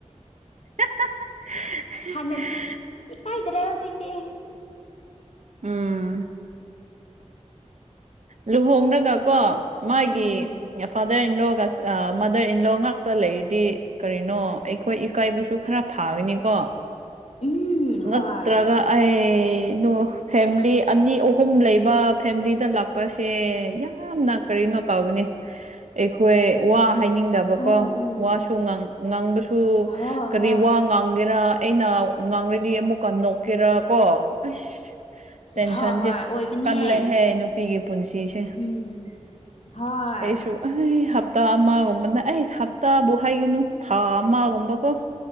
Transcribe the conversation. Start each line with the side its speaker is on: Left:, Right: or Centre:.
Right: <unintelligible>
Left: ꯍꯥꯟꯅꯗꯤ ꯏꯀꯥꯏꯗ꯭ꯔꯦ ꯍꯧꯖꯤꯀꯇꯤ
Right: ꯎꯝ ꯂꯨꯍꯣꯡꯔꯒꯀꯣ ꯃꯥꯒꯤ
Left: ꯎꯝ
Right: ꯐꯥꯗꯔ ꯏꯟꯂꯣꯒꯁ ꯃꯥꯗꯔ ꯏꯟꯂꯣ ꯉꯥꯛꯇ ꯂꯩꯔꯗꯤ ꯀꯔꯤꯅꯣ ꯑꯩꯈꯣꯏ ꯏꯀꯥꯏꯕꯁꯨ ꯈꯔ ꯐꯥꯒꯅꯤꯀꯣ
Left: ꯎꯝ ꯍꯣꯏ
Right: ꯅꯠꯇ꯭ꯔꯒ ꯑꯩ ꯅꫭ ꯐꯦꯝꯂꯤ ꯑꯅꯤ ꯑꯍꯨꯝ ꯂꯩꯕ ꯐꯦꯝꯂꯤꯗ ꯂꯥꯛꯄꯁꯦ ꯌꯥꯝꯅ ꯀꯔꯤꯅꯣ ꯇꯧꯕꯅꯦ ꯑꯩꯈꯣꯏ ꯋꯥ ꯍꯥꯏꯅꯤꯡꯗꯕꯀꯣ
Left: ꯎꯝ ꯎꯝ
Right: ꯋꯥꯁꯨ ꯉꯥꯡ ꯉꯥꯡꯕꯁꯨ
Left: ꯍꯣꯏ
Right: ꯀꯔꯤ
Left: ꯍꯣꯏ
Right: ꯋꯥ ꯉꯥꯡꯒꯦꯔ ꯑꯩꯅ ꯉꯥꯡꯔꯗꯤ ꯑꯃꯨꯛꯀ ꯅꯣꯛꯀꯦꯔ ꯀꯣ ꯑꯁ ꯇꯦꯟꯁꯟꯁꯦ
Left: ꯍꯣꯏ ꯍꯣꯏ ꯑꯣꯏꯕꯅꯦ
Right: ꯀꯜꯂꯦ <unintelligible> ꯅꯨꯄꯤꯒꯤ ꯄꯨꯟꯁꯤꯁꯦ
Left: ꯎꯝ ꯍꯣꯏ
Right: ꯑꯩꯁꯨ ꯑꯩ ꯍꯞꯇꯥ ꯑꯃꯒꯨꯝꯕꯅ ꯑꯩ ꯍꯞꯇꯥꯕꯨ ꯍꯥꯏꯒꯨꯅꯨ ꯊꯥ ꯑꯃꯒꯨꯝꯕꯀꯣ